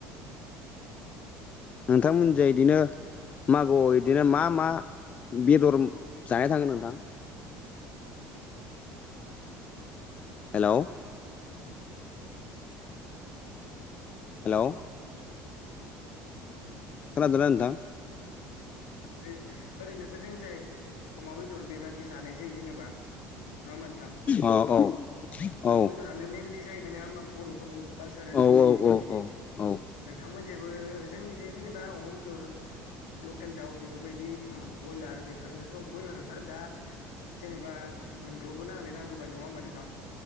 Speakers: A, on the left (about 40°); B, on the left (about 85°).
A: नोंथांमोननिजों इदिनो मागोआव इदिनो मा मा बेदर जानाय <unintelligible> नोंथां? हेल'! हेलौ! खोनादोंना नोंथां?
B: <unintelligible> ओरैनोथ' जोंनिजाय अमा बेदर बेबादि जानायजायो जेनेबा। नङा होमबा नोंथां?
A: अ औ
B: अमा
A: औ
B: बेदरा नो मेनलि जाहैबाय नोङा होमबा बर'फोरनि कालसारेलनि
A: औ
B: बेबायदिनो।
A: औ औ औ
B: नोंथांमोननिजायबो जोंनिजों जेनेबा अमा बेदर ल लकेल दाउ बेफोरबायदि बयलार बेफोरनोथ' बयलाराथ' आरो दा जेनेबा मोनब्र'बो नालाय नांगौबानो नङा होमबा नोंथां?